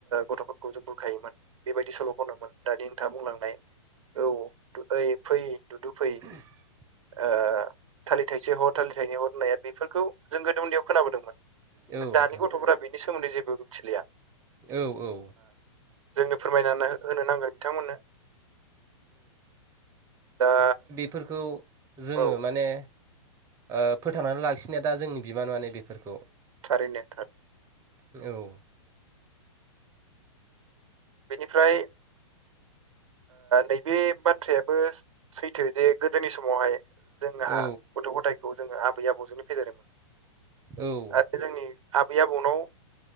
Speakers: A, on the right; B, on the right.
A: गथ'फोरखौ जों बुरखायोमोन, बेबायदि सल'खनोमोन दानि नोंथाङा बुंलांनाय औ ओइ फै दुदु फै,
B: <inaudible>
A: ओ थालिर थाइसे हर थालिर थाइनै हरनाया बेफोरखौ जों गोदो उन्दैयाव खोनाबोदोंमोन
B: औ नोंथां
A: दानि गथ'फोरा बेनि सोमोन्दै जेबो मिथिलिया
B: औ औ
A: जोंनो फोरमायनानै होनो नांगोन बिथांमोननो दा
B: फोरफोरखौ जोङो
A: औ
B: माने, ओ फोथांनानै लाखिनाया दा जोंनि बिबान माने बेफोरखौ,
A: थारि नेथार
B: औ
A: बेनिफ्राय नैबे बाथ्रायाबो सैथो जे गोदोनि समावहाय, जोंहा
B: औ
A: गथ' गथायखौ जोङो आबै आबौजोंनो फेदेरोमोन
B: औ
A: आरो जोंनि आबै आबौनाव